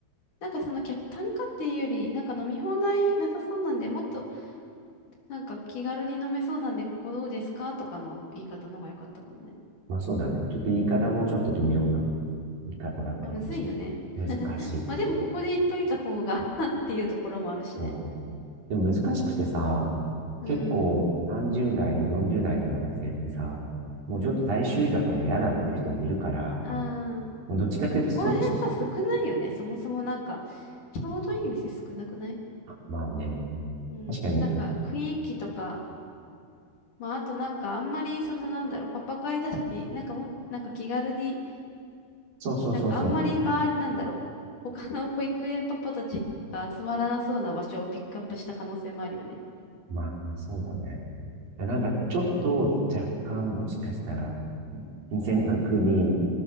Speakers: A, on the left; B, on the right.
A: なんかその客単価っていうより、なんか飲み放題なさそうなんで、もっとなんか気軽に飲めそうなんで、ここどうですかとかの言い方の方が良かったかもね。
B: まあそうだね。ちょっと言い方もちょっと微妙な言い方だったかもしれない。
A: まあ、むずいよね。<laughs>
B: 難しい。
A: まあでも、ここで言っといた方が <laughs> っていうところもあるしね。
B: そう。でも難しくてさ、
A: うん。
B: 結構30代、40代の男性ってさ、もうちょっと大衆だから嫌だっていう人もいるから、
A: うん。ああ。
B: どっちかっていうと、
A: てか、ここら辺さ、
B: そっち、
A: 少ないよね。そもそもなんか、ちょうどいい店少なくない
B: まあね、
A: うん。
B: 確かに、
A: なんか、雰囲気とか、まあ、あとなんか、あんまり、そのなんだろう、パパ会だし、なんかもっ、なんか気軽に、
B: そうそうそうそ
A: なんかあんまり、まあ、なんだろう。他の保育園パパたちが集まらなそうな場所をピックアップした可能性もあるよね。
B: う、まあ、そうだね。なんか、
A: うん。
B: ちょっと若干、もしかしたら、金銭額に、